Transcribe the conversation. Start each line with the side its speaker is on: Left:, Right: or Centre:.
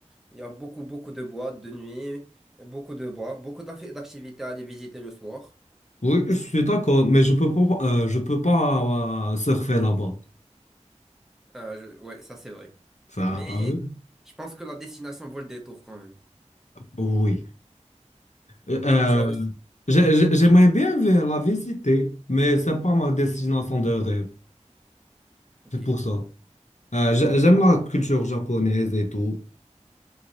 Centre: Il y a beaucoup, beaucoup de boîtes de nuit, beaucoup de bars, beaucoup d'aff- d'activités à aller visiter le soir.
Left: Oui, je suis d'accord, mais je peux pas, euh, je peux pas euh, surfer là-bas.
Centre: Euh, je- ouais, ça c'est vrai.
Left: Ça,
Centre: Mais
Left: t'as vu?
Centre: je pense que la destination vaut le détour quand même.
Left: Oui. Euh, euh,
Centre: Tu as aussi...
Left: j'ai- j'ai- j'aimerais bien vi- la visiter, mais c'est pas ma destination de rêve.
Centre: Ok.
Left: C'est pour ça. Euh, j'ai- j'aime la culture japonaise et tout.